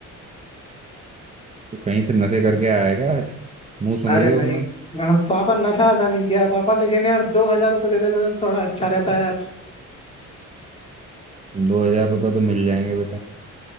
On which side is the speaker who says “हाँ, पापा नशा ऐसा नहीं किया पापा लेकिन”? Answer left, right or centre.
Left